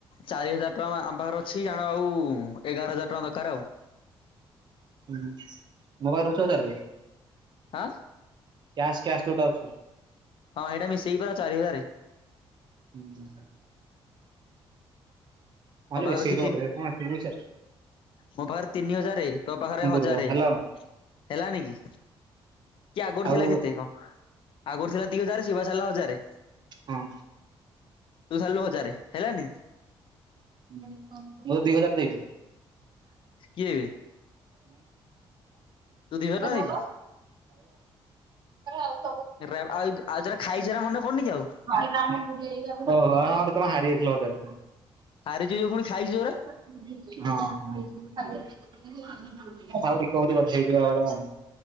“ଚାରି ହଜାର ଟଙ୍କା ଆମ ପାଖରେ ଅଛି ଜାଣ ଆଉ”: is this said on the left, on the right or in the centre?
Left